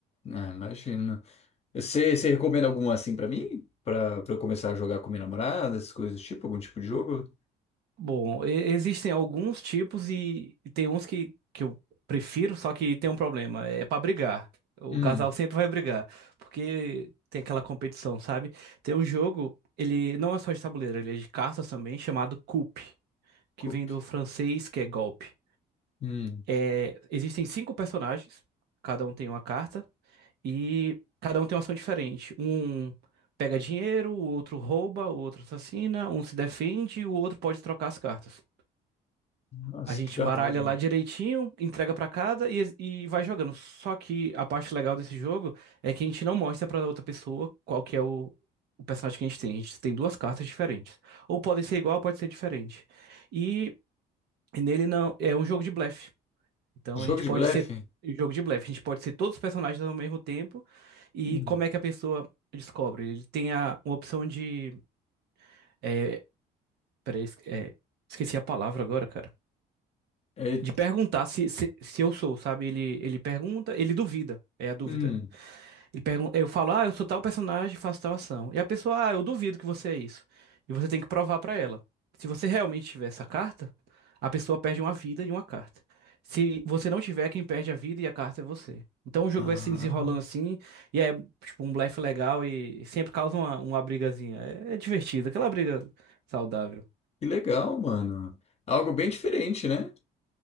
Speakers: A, on the left; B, on the right.
A: Ah, imagina. Você, você recomenda alguma assim pra mim? Pra, pra eu começar a jogar com minha namorada, essas coisas do tipo, algum tipo de jogo?
B: Bom, e- existem alguns tipos e, e tem uns que, que eu prefiro, só que tem um problema, é pra brigar. O
A: Hum,
B: casal sempre vai brigar, porque tem aquela competição, sabe? Tem um jogo, ele não é só de tabuleiro, ele é de cartas também, chamado Coup, que
A: Coop.
B: vem do francês, que é golpe.
A: Hum,
B: É, existem cinco personagens, cada um tem uma carta, e cada um tem uma ação diferente. Um pega dinheiro, o outro rouba, o outro assassina, um se defende, o outro pode trocar as cartas.
A: nossa,
B: A gente
A: que da
B: embaralha
A: hora.
B: lá direitinho, entrega pra cada e, e vai jogando. Só que a parte legal desse jogo é que a gente não mostra pra outra pessoa qual que é o, o personagem que a gente tem. A gente tem duas cartas diferentes. Ou podem ser igual, pode ser diferente. E, e nele não é um jogo de blefe. Então
A: Jogo
B: a gente
A: de
B: pode
A: blefe?
B: ser um jogo de blefe, a gente pode ser todos os personagens ao mesmo tempo. E
A: Hum,
B: como é que a pessoa descobre? Ele tem a, uma opção de é, peraí, es- é, esqueci a palavra agora, cara.
A: é,
B: De perguntar se, se, se eu sou, sabe? Ele, ele pergunta, ele duvida, é a dúvida.
A: hum.
B: Ele pergunta, eu falo, ah, eu sou tal personagem, faço tal ação. E a pessoa, ah, eu duvido que você é isso. E você tem que provar pra ela. Se você realmente tiver essa carta, a pessoa perde uma vida e uma carta. Se você não tiver, quem perde a vida e a carta é você. Então o jogo
A: Ah,
B: vai se desenrolando assim, e é tipo um blefe legal e sempre causa uma, uma brigazinha. É, é divertido, aquela briga saudável.
A: que legal, mano. Algo bem diferente, né?